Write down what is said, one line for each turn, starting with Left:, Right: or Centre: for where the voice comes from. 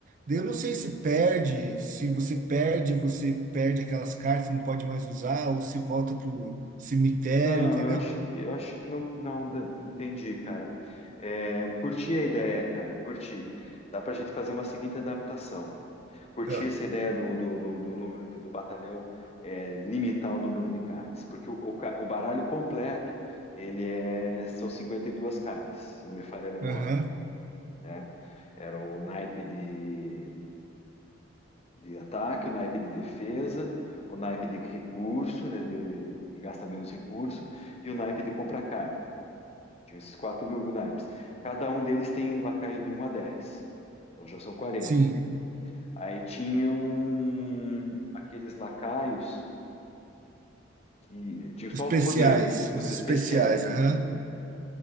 Right: Daí eu não sei se perde, se você perde, você perde aquelas cartas, não pode mais usar, ou se volta pro cemitério,
Left: Não,
Right: entendeu?
Left: eu acho que eu acho que não, não da- entendi, cara. É, curti a ideia, cara. Curti. Dá pra gente fazer uma seguinte adaptação. Curti
Right: Ah,
Left: essa ideia do, do, do, do número de- do batalhão é, limitar o número de cards, porque o, o, ca- o baralho completo ele é são 52 cartas, se não me falha a memória,
Right: Aham.
Left: né? Era o naipe de de ataque, o naipe de defesa, o naipe de recurso, né, de, que gasta menos recurso, e o naipe de compra carta. Tinham esses quatro naipes. Cada um deles tem lacaio de um a 10. Então já são quarenta.
Right: Sim.
Left: Aí tinham aqueles lacaios que tinham
Right: Os
Left: só
Right: especiais.
Left: os poderes,
Right: Os
Left: os especiais.
Right: especiais, aham.